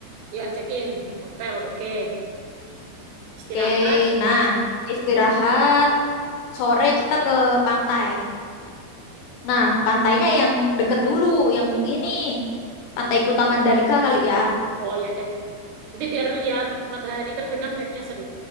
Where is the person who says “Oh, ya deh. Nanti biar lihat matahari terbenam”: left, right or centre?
Right